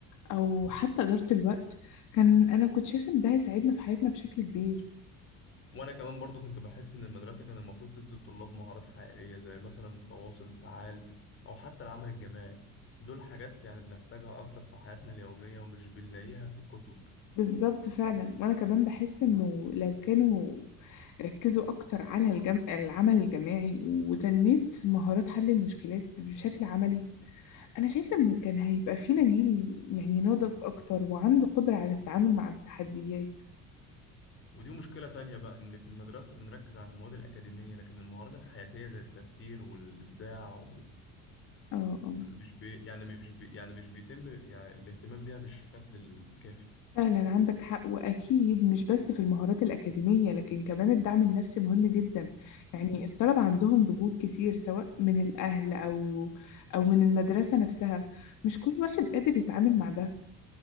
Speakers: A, on the left; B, on the left.
A: أو حتى إدارة الوقت كان أنا كنت شايفة إن ده هيساعدنا في حياتنا بشكل كبير
B: وانا كمان برضو كنت بحس ان المدرسه كان المفروض تدي الطلاب مهارات حقيقيه زي مثلا التواصل الفعال او حتى العمل الجماعي دول حاجات يعني بنحتاجها اكتر في حياتنا اليوميه ومش بنلاقيها في الكتب
A: بالظبط فعلا وأنا كمان بحس إنه لو كانوا ركزوا أكتر على الجم... العمل الجماعي وتنمية مهارات حل المشكلات بشكل عملي أنا شايفة إن كان هيبقى فينا جيل يعني ناضج أكتر وعنده قدرة على التعامل مع التحديات
B: ودي مشكله تانية بقى ان في المدرسه بنركز على المواد الاكاديميه لكن المهارات الحياتيه زي التفكير والابداع و-
A: اه آه.
B: مش بي يعني مش بي يعني مش بيتم يعني الاهتمام بيها بالشكل الكافي
A: فعلا عندك حق وأكيد مش بس في المهارات الأكاديمية لكن كمان الدعم النفسي مهم جدا يعني الطلبة عندهم ضغوط كتير سواء من الأهل أو أو من المدرسة نفسها مش كل واحد قادر يتعامل مع ده